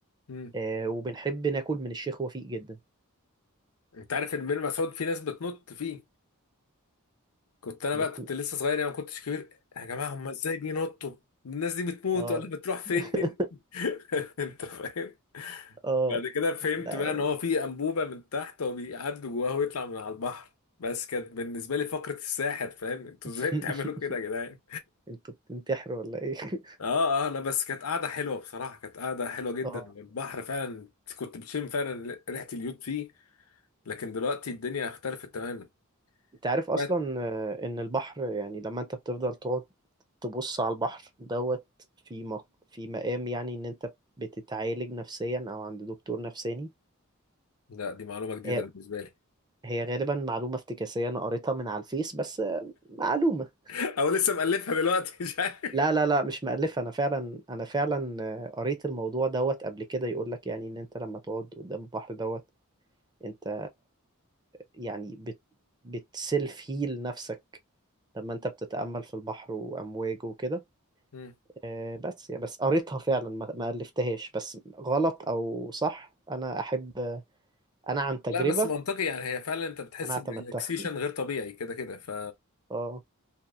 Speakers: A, on the left (about 75°); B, on the right (about 20°).
A: امم
B: آه، وبنحب ناكل من الشيخ وفيق جدا
A: انت عارف ان بير مسعود في ناس بتنط فيه كنت انا
B: بت...
A: بقى كنت لسه صغير يعني ما كنتش كبير يا جماعه هم ازاي بينطوا الناس دي بتموت
B: اه
A: ولا بتروح فين
B: <laughs>
A: <laughs> انت فاهم
B: اه
A: بعد كده فهمت
B: لا
A: بقى ان هو في انبوبه من تحت هو بيعدوا جواها ويطلع من على البحر بس كانت بالنسبه لي فقره الساحر فاهم انتوا
B: <laughs>
A: ازاي بتعملوا كده يا جدعان
B: انتوا بتنتحروا ولا ايه <laughs>
A: اه اه لا بس كانت قاعده حلوه بصراحه كانت قاعده حلوه جدا
B: اه
A: والبحر فعلا كنت بتشم فعلا ريحه اليود فيه لكن دلوقتي الدنيا اختلفت تماما
B: انت عارف اصلا
A: بعد-
B: آه، ان البحر يعني لما انت بتفضل تقعد تبص على البحر دوت في مق... في مقام يعني ان انت بتتعالج نفسيا او عند دكتور نفساني
A: لا دي معلومه جديده
B: هي
A: بالنسبه لي
B: هي غالبا معلومة افتكاسية انا قريتها من على الفيس بس آه، معلومة
A: <laughs> او لسه مألفها دلوقتي مش عارف
B: لا لا لا مش مألفة انا فعلا انا فعلا آه، قريت الموضوع دوت قبل كده يقول لك يعني ان انت لما تقعد قدام البحر دوت انت يعني بت بتسيلف هيل نفسك لما انت بتتأمل في البحر وأمواجه وكده
A: مم.
B: آه، بس يا بس قريتها فعلا ما ما ألفتهاش بس غلط أو صح أنا أحب أنا عن تجربة
A: لا بس منطقي يعني هي فعلا انت بتحس
B: أنا اعتمدتها
A: بريلاكسيشن غير طبيعي كده كده ف
B: <laughs> اه